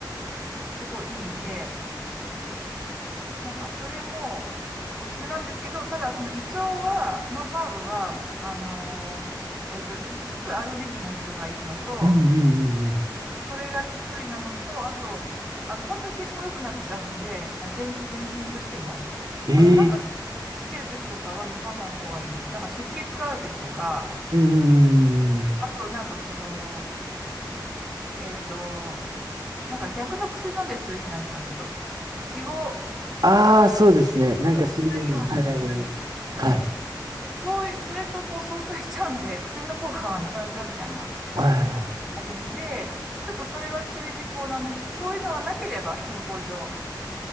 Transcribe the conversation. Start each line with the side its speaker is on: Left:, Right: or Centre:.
Centre: すごいいいんで、なんかそれもおすすめなんですけど、ただその胃腸は、のハーブは、あのーえっと、一部アレルギーの人がいるのと、
Right: うんうん
Centre: それが注意なのと、あと、あの、本当に結構良くなっちゃうんで、あ全、全身としても、
Right: え。
Centre: あの、なんか、してる時とかは飲まない方がいい。なんか出血がある時とか、
Right: うんうんうんはいいやそうん。え、ええうんうんうんうんええうんうんうんうん
Centre: あとなんかその、えっと、なんか逆の薬飲んでる人いるじゃないですか。ちょっと血を
Right: ああ、そうですね。なんかそういうの。
Centre: にしないようにする。
Right: はいはいはい。
Centre: うん。
Right: は
Centre: で、そういう、それとこう相殺しちゃうんで、<laughs> 薬の効果がなくなっちゃうみたいな
Right: い。
Centre: とこあるんで、ちょっとそれは注意事項なんですけど、そういうのがなければ健康上、